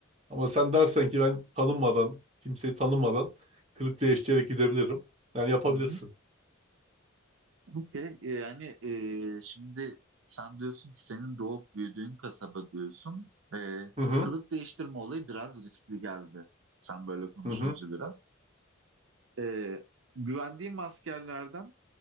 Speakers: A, on the right; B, on the right.
A: Ama sen dersen ki ben tanınmadan, kimseyi tanımadan kılık değiştirerek gidebilirim. Yani yapabilirsin.
B: Hı hı. Okey, e, yani e, şimdi sen diyorsun ki senin doğup büyüdüğün kasaba diyorsun. E,
A: Hı hı.
B: kılık değiştirme olayı biraz riskli geldi. Sen böyle konuşunca
A: Hı hı.
B: biraz. E, güvendiğim askerlerden